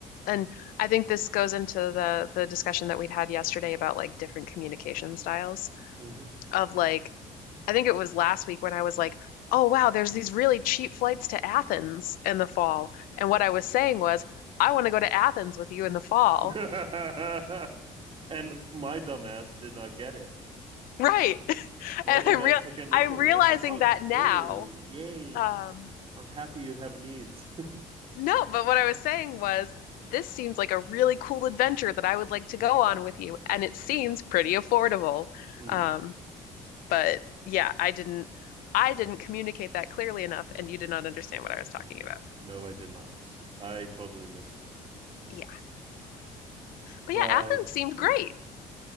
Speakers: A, on the left; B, on the right.
A: and I think this goes into the the discussion that we'd had yesterday about like different communication styles.
B: Mm-hmm.
A: of like, I think it was last week when I was like, oh, wow, there's these really cheap flights to Athens in the fall. And what I was saying was, I want to go to Athens with you in the fall.
B: <laughs> and my dumbass did not get it.
A: Right. <laughs>
B: My
A: And
B: dumbass
A: I'm real
B: took it literally.
A: I'm realizing
B: It's like, oh,
A: that now.
B: yay, yay.
A: Um,
B: I'm happy you have needs.
A: no, but what I was saying was this seems like a really cool adventure that I would like to go on with you, and it seems pretty affordable.
B: <laughs> mm,
A: Um, but yeah, I didn't I didn't communicate that clearly enough, and you did not understand what I was talking about.
B: no, I did not. I totally missed it.
A: Yeah. But
B: But
A: yeah, Athens seemed
B: yeah.
A: great.